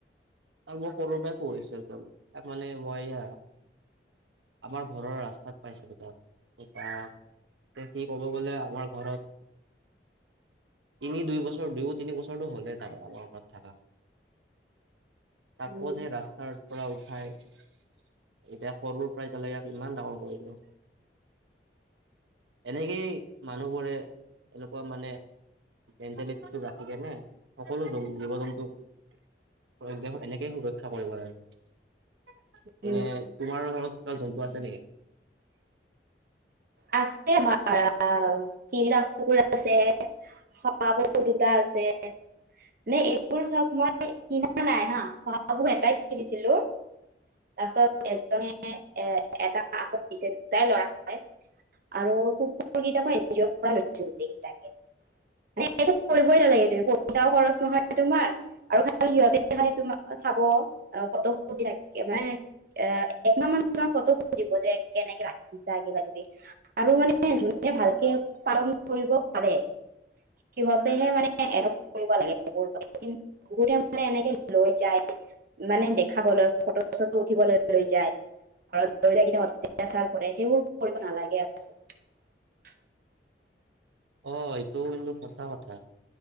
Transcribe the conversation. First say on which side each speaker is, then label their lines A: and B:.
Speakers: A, on the right; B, on the right.
A: তাক মই সৰুৰ পৰা পুহিছো একদম তাক মানে মই এয়া, আমাৰ ঘৰৰ ৰাস্তাত পাইছিলো তা পৰা। এ সি ক'ব গ'লে আমাৰ ঘৰত। তিনি দুই বছৰ দুয়ো তিনি বছৰটো হলে তাৰ আমাৰ ঘৰত থাকা। তাক
B: উম,
A: কতহে ৰাস্তাৰ পৰা উঠাই। এতিয়া সৰুৰ পৰা এতিয়ালৈকে ইমান ডাঙৰ কৰিলো। এনেকেই মানুহবোৰে এনেকুৱা মানে। মেণ্টেলিটিটো ৰাখি কেনে সকলো জীৱ জন্তু প্ৰতি এনেকেই সুৰক্ষা কৰিব লাগে
B: উম।
A: এনে তোমাৰ ঘৰত কিবা জন্তু আছে নেকি।
B: আছে আমাৰ আ তিনিটা কুকুৰ আছে স শহা পহু দুটা আছে। নে এইবোৰ চব মই কিনা নাই হা শহাপহু এটাই কিনিছিলো। পাৰপিছত এজনে এ এটা আকৌ দিছে তাই ল'ৰা, হয়। আৰু কুকুৰ কেইটা মই এন জি অৰ পৰা লৈছো গোটেইকেইটাকে মানে, একো কৰিবই নালাগে তে পইচাও খৰচ নহয়। তোমাৰ আৰু খালি সিহঁতে খালি তোমাৰ চাব ক ফটো থে মানে, এ একমাহ মান তোমাৰ ফটো খুজিব যে কেনেকে ৰাখিছা কিবা কিবি। আৰু মানে যোনে ভালকে পালন কৰিব পাৰে। সিহঁতেহে মানে এডপ্ট কৰিব লাগে কুকুৰ মানে কিন্ত, ঘুৰে মান এনেকে লৈ যায়। মানে দেখাবলৈ ফটো চটো উঠিবলৈ লৈ যায়। ঘৰত লৈ যাই কিনে অত্যাচাৰ কৰে সেইবোৰ কৰিব নালাগে আচলতে।
A: অ এইটোও কিন্তু সঁচা কথা।